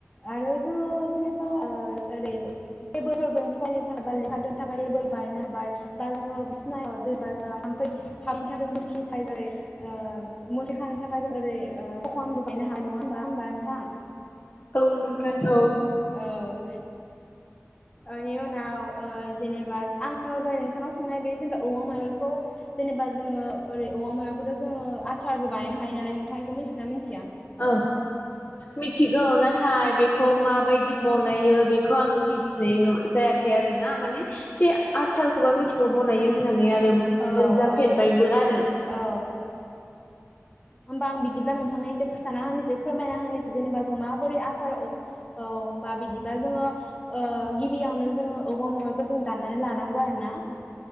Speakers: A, on the left; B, on the left.
A: आरो जोङो जेनेबा ओर ओरै टेबोलफोरजों फरायनो थाखाय एबा लेखा दोननो थाखाय टेबोल बानायनो हाबाय बा जोङो बिसिनायाव जेबा जोंहा थाम्फै हबिन्थाजोंबो मुस्रि <unintelligible> ओ मुसि खानो थाखाय जों ओरै खखन बो <unintelligible> बायनो हानाय नंङा होमबा होमबा नोंथां
B: औ नोंथां औ।
A: औ ओनि उनाव ओ जेनेबा आंङो जाय नोंथांनाव सोंनाय बे जेनेबा औवा मेवाइ खौ जेनेबा जोङो ओरै औवा माबायखौथ' जोंङो आसारबो बायनो हायो नालाय नोंथांखौ मिथियोना मिथि
B: औ मिथिगौ नाथाय बेखौ माबाय दि बनायो बेखौ आंङो मिथिनाय न जायाखै आरो ना माने बे आसचारखौबा मिथिगौ बनायो होनना नेयारोम
A: औ
B: मोनजाफेरबायबो
A: औ
B: आरो।
A: औ होमबा आं बिदिब्ला नोंथांनो एसे खोथाना होनिसै फोरमायना होनि जेनेबा जों माबोरै आसार औ औ बा बिदिबा जोंङो ओ गिबियावनो जोङो औवा मेवाइखौ जों दाननानै लानांगौ आरोना।